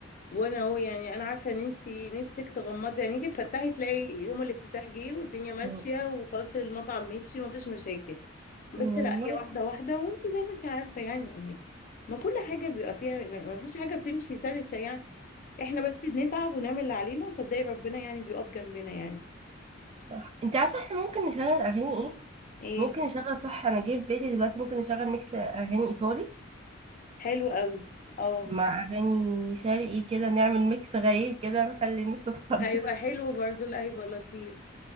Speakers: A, on the left; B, on the right.
A: وانا اهو يعني انا عارفه ان انت نفسك تغمضي عينيكي تفتحي تلاقي يوم الافتتاح جه والدنيا ماشيه
B: و-
A: وخلاص المطعم ماشي ومفيش مشاكل بس
B: والله
A: لا هي واحده واحده وانت زي ما انت عارفه يعني يا امي ما كل حاجه بيبقى فيها ما فيش حاجه بتمشي سلسه يعني احنا بس بنتعب ونعمل اللي علينا وصدقي ربنا يعني بيقف جنبنا يعني
B: صح انت عارفه احنا ممكن نشغل اغاني ايه
A: ايه
B: ممكن نشغل صح انا جاي في بالي دلوقتي ممكن نشغل ميكس اغاني ايطالي
A: حلو قوي اه
B: مع اغاني شرقي كده نعمل ميكس غريب كده نخلي الناس تتخض
A: هيبقى
B: <laughs>
A: حلو برضه لا هيبقى لطيف